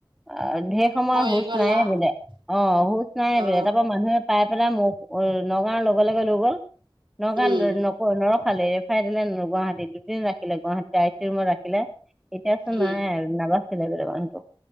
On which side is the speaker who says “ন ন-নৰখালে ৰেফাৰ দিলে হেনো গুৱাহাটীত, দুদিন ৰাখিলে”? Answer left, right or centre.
Centre